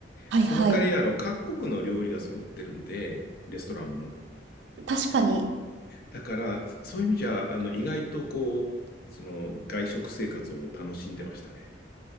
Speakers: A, on the right; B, on the left.
A: はいはい。
B: その代わり、あの、各国の料理が揃ってるんで、レストランも。
A: 確かに。
B: だから、そういう意味じゃ、あの、意外とこう、その、外食生活を楽しんでましたね。